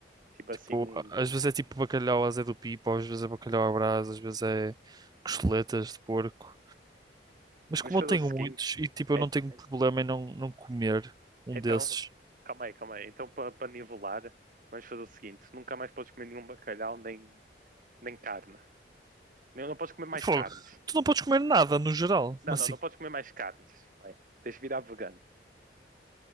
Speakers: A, on the right; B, on the right.
A: Tipo assim,
B: Tipo,
A: um-
B: às vezes é tipo bacalhau à Zé do Pipo, às vezes é bacalhau à Brás, às vezes é costeletas de porco. Mas
A: vamos
B: como
A: fazer
B: eu tenho
A: o seguinte.
B: muitos e tipo, eu
A: É-
B: não tenho problema em não, não comer um
A: então,
B: desses.
A: calma aí, calma aí. Então, para nivelar, vamos fazer o seguinte: nunca mais podes comer nenhum bacalhau nem, nem carne. Não, não podes comer mais
B: Pô,
A: carnes.
B: tu não podes comer nada no geral,
A: Não,
B: mas
A: não,
B: assim,
A: não podes comer mais carnes. Vai. Tens de virar vegano.